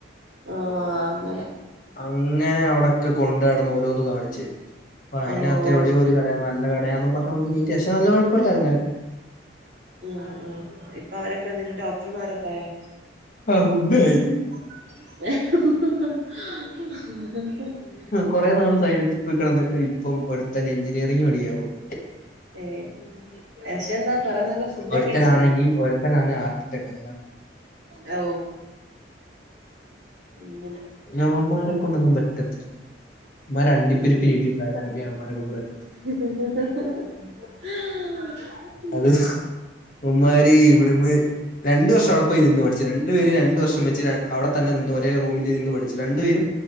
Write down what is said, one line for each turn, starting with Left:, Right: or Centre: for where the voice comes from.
Right: ആഹ് അങ്ങനെ
Left: അങ്ങനെ അവിടെക്കെ കൊണ്ട് നടന്ന് ഓരോന്ന് കാണിച്ച തരും അപ്പൊ അതിനകത്ത്
Right: ഓ
Left: എവിടെ ഒരു കട നല്ല കടയാന്നും പറഞ്ഞ കൊണ്ട് കേറ്റി പക്ഷെ നല്ല കുഴപ്പില്ലായി
Right: ഉം ഉം ഇപ്പൊ അവരൊക്കെ വന്നിട്ട് ഡോക്ടർമാരൊക്കെ ആയോ
Left: ആഹ് ഉണ്ട ആയി
Right: <unintelligible>
Left: കുറെ നാള് സൈലത്തിൽ പോയി കിടന്നിട്ട് ഇപ്പൊ ഒരുടുത്തന് എഞ്ചിനീയറിംഗ് പഠിക്കാൻ പോയി
Right: ഏ പക്ഷെ എന്താ കൊറെ നല്ല ഫുഡൊക്കെ
Left: ഒരുത്തനാണെങ്കിൽ
Right: കഴിച്ചില്ലേ
Left: ഒരുത്തനാണ് ആർട്ടത്തെക്ക
Right: ഔ ഇന്നലെ
Left: അവന്മാരെ കൊണ്ടൊന്നും പറ്റത്തില്ല അവന്മാർ അണ്ടിപ്പെരുപ്പിന് ഇടി ഉണ്ടാക്കാനൊക്കെ അവന്മാരെ കൊണ്ട് പറ്റും
Right: <unintelligible> <unintelligible>
Left: അത് ഇവന്മാര് ഇവിടുന്ന് രണ്ട് വർഷം അവിടെ പോയി നിന്ന് പഠിച്ചു ര രണ്ടുപേര് രണ്ടു വർഷം വെച്ച് അവിടെ തന്നെ നിന്ന് ഒരേറൂമിൽ നിന്ന് പഠിച്ചു രണ്ടു പേരും